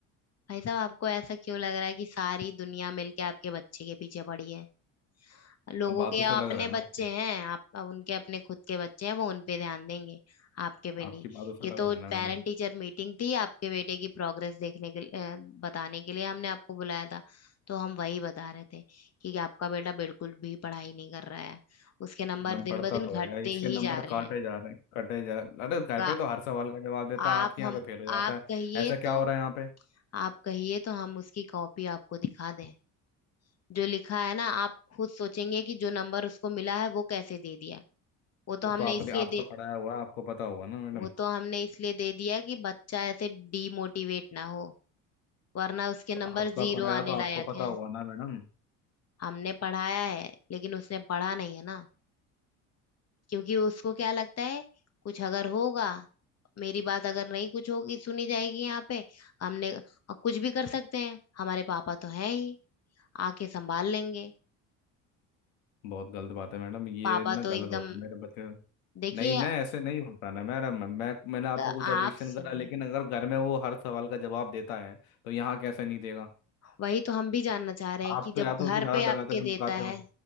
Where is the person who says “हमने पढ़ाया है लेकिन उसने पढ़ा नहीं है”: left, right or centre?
Left